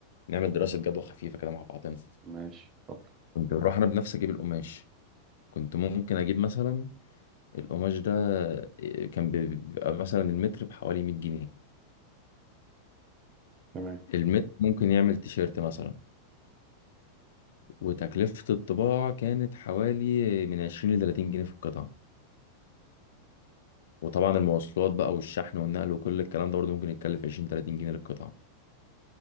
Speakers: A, on the left; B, on the right.
A: نعمل دراسة جدوى خفيفة كده مع بعضنا
B: ماشي اتفضل
A: كنت بروح انا بنفسي اجيب القماش كنت ممكن اجيب مثلا القماش ده آه، كان بيبقى مثلا المتر بحوالي 100 جنيه
B: تمام
A: المتر ممكن يعمل تيشيرت مثلا وتكلفة الطباعة كانت حوالي من 20 ل 30 جنيه في القطعة وطبعا المواصلات بقى والشحن والنقل وكل الكلام ده برضه ممكن يتكلف 20 30 جنيه للقطعة